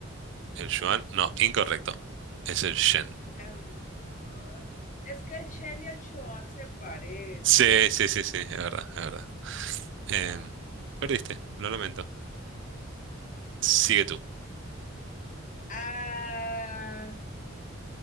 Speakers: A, on the right (about 60°); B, on the left (about 40°).
A: El yuan, no, incorrecto. Es el yen.
B: Ah, es que el Chen y el Chuan se parecen.
A: Sí, sí, sí, sí, es verdad, es verdad. Em,
B: No.
A: perdiste, lo lamento. Sigue tú.
B: Ah,